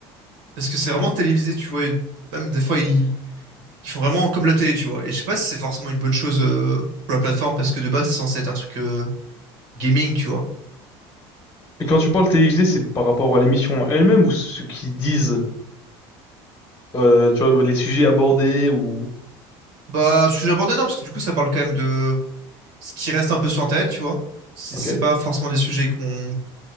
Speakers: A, on the right; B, on the left.
A: parce que c'est vraiment télévisé, tu vois. et Même des fois, ils... ils font vraiment comme la télé, tu vois. Et je sais pas si c'est forcément une bonne chose euh, pour la plateforme parce que de base, c'est censé être un truc euh, gaming, tu vois.
B: Et quand tu parles télévisé, c'est par rapport à l'émission elle-même ou ce qu'ils disent, euh, tu vois, les sujets abordés ou.
A: Bah, je suis abordé non parce que du coup, ça parle quand même de ce qui reste un peu sur Internet, tu vois. C'est
B: Ok,
A: c'est pas forcément des sujets qu'on